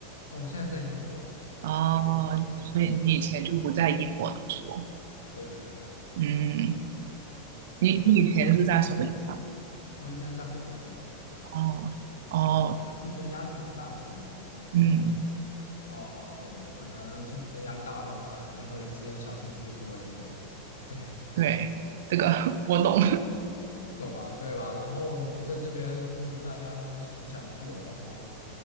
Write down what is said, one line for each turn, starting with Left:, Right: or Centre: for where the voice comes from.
Left: 哦，我现在在英国。
Right: 哦、
Left: 对，英国现在在学电子工程。
Right: 所以你以前就不在英国读书。
Left: 对的，对的，
Right: 嗯，你你以前是在什么地方？
Left: 就以前可能竞争，我以前是在国内，对
Right: 哦哦，
Left: 对，它竞争压力就会大一些嘛。然后
Right: 嗯，
Left: 呃，可能竞争压力大了，那人和人之间的小心思就多一些嘛。<laughs> 对，
Right: 对，这个 <laughs> 我懂。
Left: 懂吗？对吧？然后在这边就是大家都只想着过，然后，